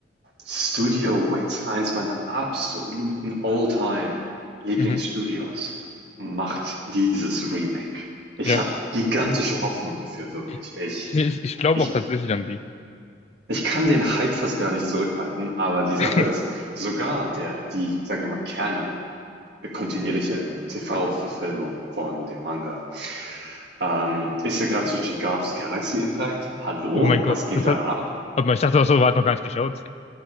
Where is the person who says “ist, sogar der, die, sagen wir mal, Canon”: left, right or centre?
Right